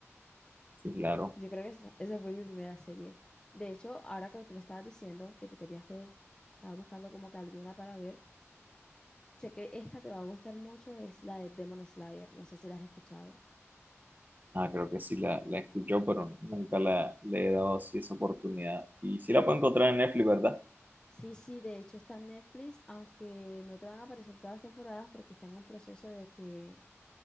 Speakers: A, on the right (about 40°); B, on the left (about 20°).
A: Sí, claro.
B: Yo creo que esa, esa fue mi primera serie. De hecho, ahora que tú me estabas diciendo que tú querías ver, estaba buscando como que alguna para ver. Sé que esta te va a gustar mucho, es la de Demon Slayer. No sé si la has escuchado.
A: Ah, creo que sí la, la escuchó, pero nunca la, le he dado así esa oportunidad. Y sí la puedo encontrar en Netflix, ¿verdad?
B: Sí, sí, de hecho está en Netflix, aunque no te van a aparecer todas las temporadas porque está en un proceso de que